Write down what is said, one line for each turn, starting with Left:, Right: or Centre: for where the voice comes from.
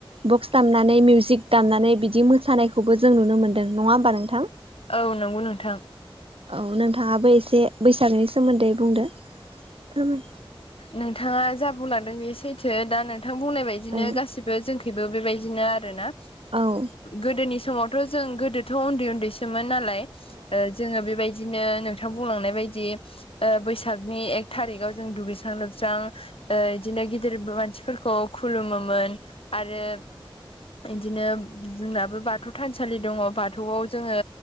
Right: बक्स दामनानै मिउजिक दामनानै बिदि मोसानायखौबो जों नुनो मोन्दों नंङा होमबा नोंथां
Left: औ नंगौ नोंथां
Right: औ नोंथाङाबो एसे बैसागोनि सोमोन्दै बुंदो फोरमाय
Left: नोंथांङा जाबुलांदों बे सैथो दा नोंथां बुंनाय बायदिनो
Right: औ
Left: गासिबो जोंखैबो बेबायदिनो आरोोना
Right: औ औ
Left: गोदोनि समावथ' जों गोदोथ' उन्दै उन्दै मोन नालाय जो बेबायदि बिदिनो नोंथां बुंलांनाय बायदि बैसागनि एक थारिकाव जों दुगैस्रां लोबस्रां बिदिनो गिदिर मानसिफोरखौ खुलुमोमोन आरो इदिनो जोंनाबो बाथौ थानसालि दंङो बाथौआव जोंङो